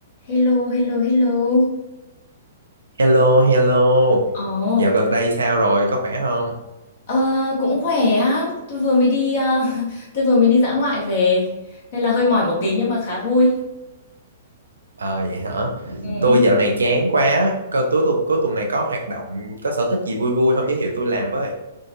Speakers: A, on the left; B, on the right.
A: Hello, hello, hello.
B: Hello, hello.
A: Ồ,
B: Dạo gần đây sao rồi? Có khỏe không?
A: Ờ, cũng khỏe á. Tôi vừa mới đi ờ, <laughs> tôi vừa mới đi dã ngoại về nên là hơi mỏi một tí nhưng mà khá vui.
B: Ờ vậy hả?
A: ừ.
B: Tôi dạo này chán quá. Coi cuối tuần cuối tuần này có hoạt động, có sở thích gì vui vui không giới thiệu tôi làm với.